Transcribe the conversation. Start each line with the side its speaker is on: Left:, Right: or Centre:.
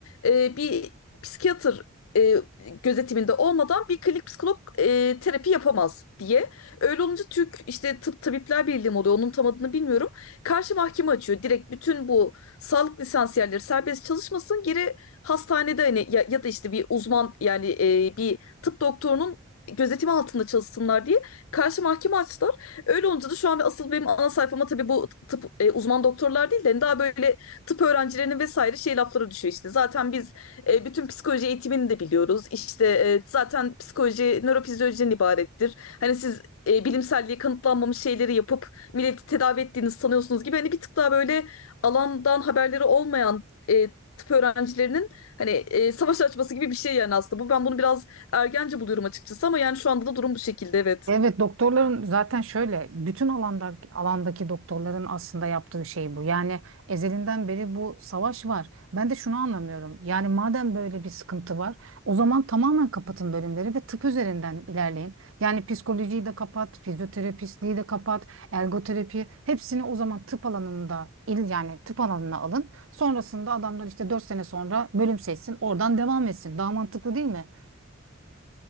Left: e, bir psikiyatr e, gözetiminde olmadan bir klinik psikolog e, terapi yapamaz diye. Öyle olunca Türk işte Tıp Tabipler Birliği mi oluyor onun tam adını bilmiyorum. Karşı mahkeme açıyor. Direkt bütün bu sağlık lisansiyerleri serbest çalışmasın. Geri hastanede hani ya, ya da işte bir uzman yani e, bir tıp doktorunun gözetimi altında çalışsınlar diye karşı mahkeme açtılar. Öyle olunca da şu an asıl benim ana sayfama tabii bu tıp e, uzman doktorlar değil de hani daha böyle tıp öğrencilerinin vesaire şey lafları düşüyor işte. Zaten biz e, bütün psikoloji eğitimini de biliyoruz. İşte e, zaten psikoloji nörofizyolojiden ibarettir. Hani siz e, bilimselliği kanıtlanmamış şeyleri yapıp milleti tedavi ettiğiniz sanıyorsunuz gibi hani bir tık daha böyle alandan haberleri olmayan e, tıp öğrencilerinin hani e, savaş açması gibi bir şey yani aslında bu ben bunu biraz ergence buluyorum açıkçası ama yani şu anda da durum bu şekilde evet.
Right: Evet doktorların zaten şöyle bütün alanda alandaki doktorların aslında yaptığı şey bu. Yani ezelinden beri bu savaş var. Ben de şunu anlamıyorum. Yani madem böyle bir sıkıntı var, o zaman tamamen kapatın bölümleri ve tıp üzerinden ilerleyin. Yani psikolojiyi de kapat, fizyoterapistliği de kapat, ergoterapi hepsini o zaman tıp alanında il yani tıp alanına alın. Sonrasında adamlar işte 4 sene sonra bölüm seçsin, oradan devam etsin. Daha mantıklı değil mi?